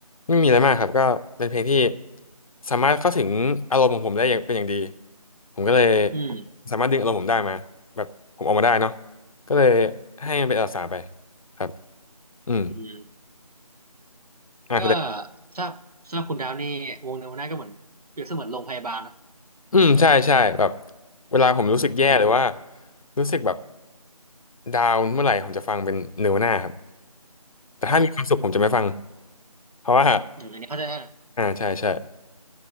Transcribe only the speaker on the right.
อืม
อืม
ก็ถ้าสำหรับคุณดาวนี่วงเนวนาก็เหมือนเปรียบเสมือนโรงพยาบาลเนอะ
อืม
ครับผม
อืมอันนี้เข้าใจได้นะ